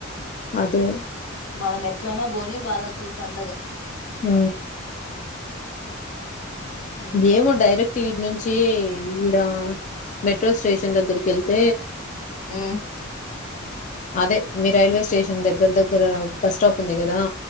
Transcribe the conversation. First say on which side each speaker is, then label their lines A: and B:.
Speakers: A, on the left (about 40°); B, on the left (about 85°).
A: అదే
B: మనం ఎ ఇట్లనే పోని వాళ్ళకి పండగ
A: హ
B: ఉమ్
A: ఏమో డైరెక్ట్ వీటి నుంచి ఈడ మెట్రో స్టేషన్ దగ్గరికి వెళ్తే
B: ఆ
A: అదే మీ రైల్వే స్టేషన్ దగ్గర దగ్గర బస్ స్టాప్ ఉంది కదా